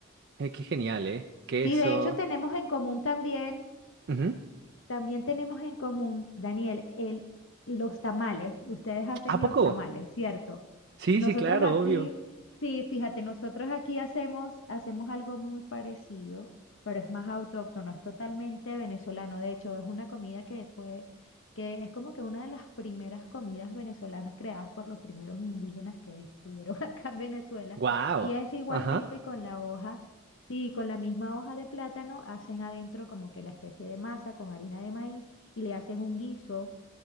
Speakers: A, on the right; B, on the left.
A: eh, qué genial, ¿eh? Queso.
B: Sí, de hecho tenemos en común también
A: Ujú.
B: También tenemos en común, Daniel, el, los tamales. Ustedes hacen
A: ¿A poco?
B: los tamales, ¿cierto?
A: Sí,
B: Nosotros
A: sí, claro,
B: aquí,
A: obvio.
B: sí, fíjate, nosotros aquí hacemos, hacemos algo muy parecido, pero es más autóctono, es totalmente venezolano. De hecho, es una comida que fue, que es como que una de las primeras comidas venezolanas creadas por los primeros indígenas que estuvieron <laughs> acá en Venezuela.
A: Wow.
B: Y es igualmente
A: Ajá.
B: con la hoja. Sí, con la misma hoja de plátano hacen adentro como que la especie de masa con harina de maíz y le hacen un guiso